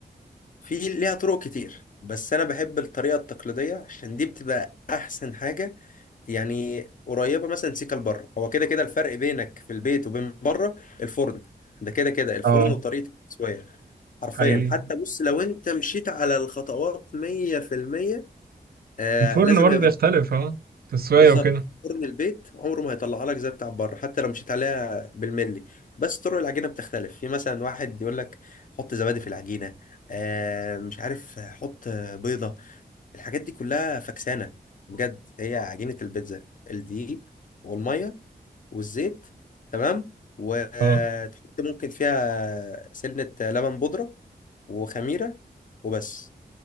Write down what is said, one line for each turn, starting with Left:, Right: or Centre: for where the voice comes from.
Left: في ليها طرق كتير بس انا بحب الطريقه التقليديه عشان دي بتبقى احسن حاجه يعني قريبه مثلا سيكا لبره هو كده كده الفرق بينك في البيت وبين بره الفرن ده كده كده الفرن
Right: اه
Left: وطريقه التسويه حرفيا
Right: حقيقي
Left: حتى بص لو انت مشيت على الخطوات 100% آه
Right: الفرن
Left: لازم
Right: برضو
Left: هيبقى
Right: بيختلف اه تسويه
Left: بالظبط
Right: وكده
Left: فرن البيت عمره ما هيطلع لك زي بتاع بره حتى لو مشيت عليها بالملي بس طرق العجينه بتختلف في مثلا واحد يقول لك حط زبادي في العجينه آه مش عارف حط بيضه الحاجات دي كلها فكسانه بجد هي عجينه البيتزا الدقيق والميه والزيت تمام وتحط
Right: اه
Left: ممكن فيها سنه لبن بودره وخميره وبس